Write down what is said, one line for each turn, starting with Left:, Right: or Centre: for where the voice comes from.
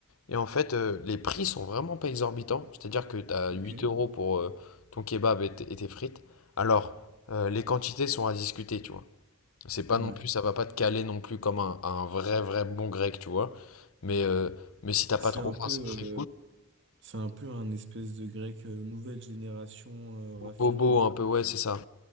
Left: Et en fait, euh, les prix sont vraiment pas exorbitants, c'est-à-dire que tu as
Right: Ok.
Left: 8 euros pour euh, ton kebab et, t- et tes frites. Alors, euh, les quantités sont à discuter, tu vois. C'est pas
Right: Ouais.
Left: non plus, ça va pas te caler non plus comme un, un vrai, vrai bon grec, tu vois. Mais, euh, mais si t'as
Right: C'est
Left: pas trop
Right: un
Left: faim,
Right: peu.
Left: c'est
Right: euh,
Left: c'est
Right: C'est un peu un espèce de grec euh, nouvelle génération euh, raffinée,
Left: bobo
Right: non?
Left: un peu, ouais, c'est ça.